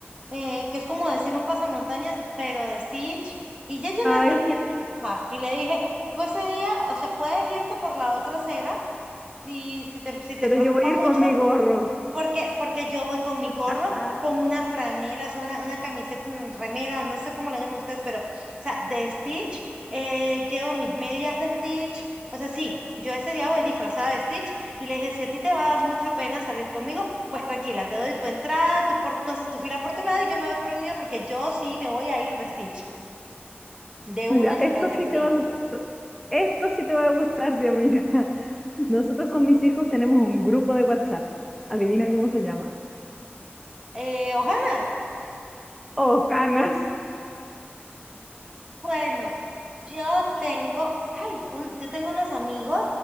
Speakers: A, on the right; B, in the centre.
A: eh, que es como decir un pasamontañas, pero de Stitch. Y yo ya le
B: Ay,
A: advertí
B: sí,
A: a mi hija y le dije, tú ese día, o sea, puedes irte por la otra acera si, si te, si te
B: pero
A: preocupa
B: yo voy a
A: mucho,
B: ir con mi gorro.
A: porque, porque yo voy con mi gorro,
B: Ah,
A: con una franela, o sea, una, una camiseta, una remera, no sé cómo lo llaman ustedes, pero, o sea, de Stitch, eh, llevo mis medias de Stitch, o sea, sí, yo ese día voy disfrazada de Stitch y le dije, si a ti te va a dar mucha pena salir conmigo, pues tranquila, te doy tu entrada, tú, por, tú haces tu fila por tu lado y yo me voy por el mío porque yo sí me voy a ir de Stitch. De
B: mira,
A: una se
B: esto
A: lo advertí.
B: sí te va a gustar, esto sí te va a gustar, Dios mío. Nosotros con mis hijos tenemos un grupo de WhatsApp. Adivina cómo se llama.
A: Eh, Ohana,
B: Ojanas.
A: Bueno, yo tengo, ay, un- yo tengo unos amigos